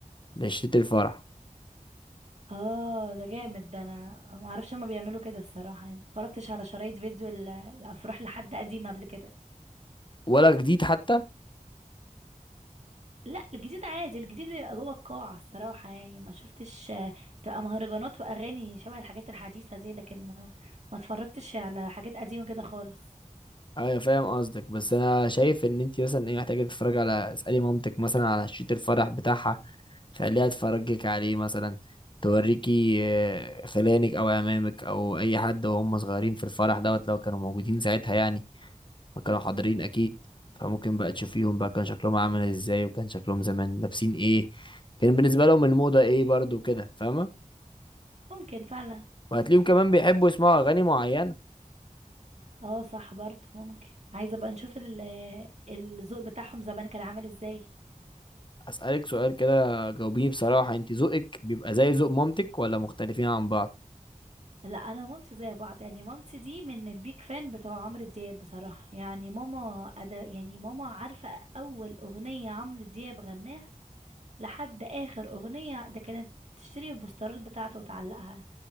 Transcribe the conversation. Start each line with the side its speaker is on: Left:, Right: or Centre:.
Left: لشريط الفرح
Right: اه ده جامد ده انا ما اعرفش هما بيعملوا كده الصراحه يعني مفرجتش على شرايط فيديو ال- الافراح لحد قديم قبل كده
Left: ولا جديد حتى
Right: لا الجديد عادي الجديد بيبقى جوه القاعة الصراحة يعني ما شفتش آه، بتبقى مهرجانات وأغاني شبه الحاجات الحديثة دي لكن ما ما اتفرجتش على حاجات قديمة كده خالص
Left: ايوه فاهم قصدك بس انا شايف ان انت مثلا ايه محتاجة تتفرج على اسألي مامتك مثلا على شريط الفرح بتاعها خليها تفرجك عليه مثلا توريكي آه، خلانك او امامك او اي حد وهم صغيرين في الفرح دوت لو كانوا موجودين ساعتها يعني ما كانوا حاضرين
Right: مم،
Left: اكيد فممكن بقى تشوفيهم بقى كان شكلهم عامل ازاي وكان شكلهم زمان لابسين ايه كان بالنسبة لهم الموضة ايه برضو كده فاهمة
Right: ممكن فعلا
Left: وهتلاقيهم كمان بيحبوا يسمعوا اغاني معينة
Right: اه صح برضه ممكن عايزة بقى نشوف ال- آه، الذوق بتاعهم زمان كان عامل ازاي
Left: اسألك سؤال كده جاوبيني بصراحة انت ذوقك بيبقى زي ذوق مامتك ولا مختلفين عن بعض
Right: لا انا ومامتي زي بعض يعني مامتي دي من البيك فان بتوع عمرو دياب بصراحة يعني ماما أدا يعني ماما عارفة اول اغنية عمرو دياب غناها لحد اخر اغنيه ده كانت بتشتري البوسترات بتاعته وتعلقها